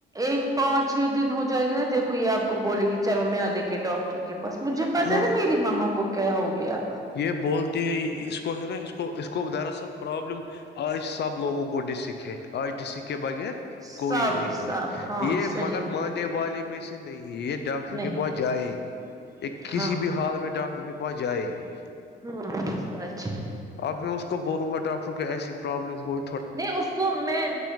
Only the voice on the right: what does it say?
ایک پانچ چھ ہو جائے گی نا دھو یہ آپ کو بولےی چلو میں آ دیک کے ڈاکٹر ٹر کے پاس مجھے پتا
ہے نا میری ماما کو کیا ہو گیا
سب
سب
ہاں
صحیح
ہے
نہیں
ہے
ہاں
ہاں
ہاں ہاں سچ ہے
نہیں اس کو میں